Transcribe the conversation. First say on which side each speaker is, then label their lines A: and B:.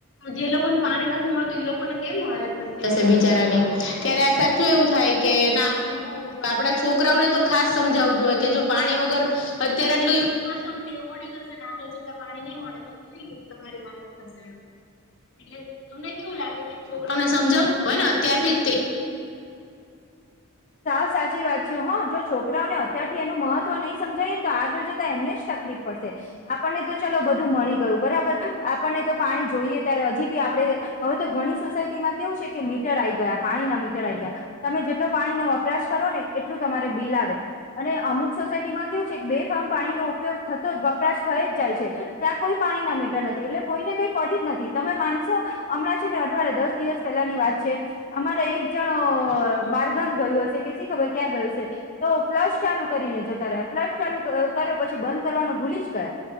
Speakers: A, on the left; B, on the left.
A: જે લોકોને પાણી નથી મળતું એ લોકો ને કેવી હાલત. થ હશે બિચારાની ત્યારે સાચું એવું થાય કે ના જો આપડા છોકરાઓને તો ખાસ સમજાવું જોઈએ કે જો પાણી વગર અત્યારે એટલું યુઝ કરશો ને ટેવ પડી જશેને આગળ જતા પાણી નહી મળે તમારી હાલત થશે એટલે તમને કેવું લાગે કે છોકરાને સમજાવું હોય ને અત્યારથી તે
B: સાવ સાચી વાત છે હ જો છોકરાઓને અત્યાર એનું મહત્વ નહીં સમજાય ને તો આગળ જતા એમને જ તકલીફ પડશે આપણને તો ચાલો બ મળી ગયું બરાબર આપણને તો પાણી જોઈએ ત્યારે હજી બી આપણે હવે તો ગણી સોસાયટીમાં કેવું છે કે મીટર આ ગયા પાણીના મીટર આઈ ગયા તમે જેટલો પાણી નો વપરાશ કરો ને એટલું તમારે બિલ આવે અને અમુક સોસાયટીમાં કેવું છે બે ફાર્મ પાણીનોો ઉપયોગ થતો જ વપરાશ થઈ જાય છે ત્યાં કોઈ પાણી ના મીટર નથી એટલે કોઈ ને કઈ પડી જ નથી તમે માનસો હમણાં છે ને અઠવાડે દસ દિવસ પહેલા ની વાત છે અમારા એક જણ
A: હ
B: બારગામ ગયું હશે કે શી ખબર ક્યાં ગયું છે તો ફ્લશ ચાલુ કરીને જતા રહ્યા ફ્લશ ચાલુ કર્યો પછી બંધ કરવાનો ભૂલી જ ગયા.